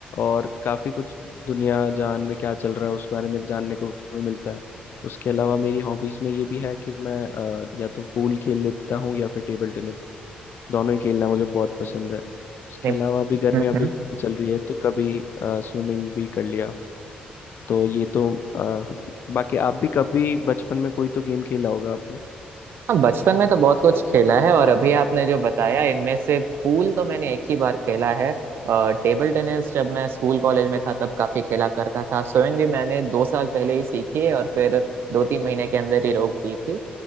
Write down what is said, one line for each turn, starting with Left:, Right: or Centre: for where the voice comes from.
Left: और काफ़ी कुछ दुनिया जान में क्या चल रहा है उस बारे में जानने को भी मिलता है उसके अलावा मेरी हॉबीज़ में ये भी है कि मैं अ, या तो पूल खेल लेता हूँ या फिर टेबल टेनिस दोनों ही खेलना मुझे बहुत पसंद है उसके
Right: नहीं।
Left: अलावा अभी गर्मियाँ
Right: हम्म
Left: भी चल रही है तो कभी स्विमिंग भी कर लिया तो ये तो अ, बाकी आप भी कभी बचपन में कोई तो गेम खेला होगा आपने
Right: हाँ बचपन में तो बहुत कुछ खेला है और अभी आपने जो बताया इनमें से पूल तो मैंने एक ही बार खेला है और टेबल टेनिस जब मैं स्कूल कॉलेज में था तब काफी खेला करता था स्विमिंग भी मैंने दो साल पहले ही सीखी है और फिर दो तीन महीने के अंदर ही रोक दी थी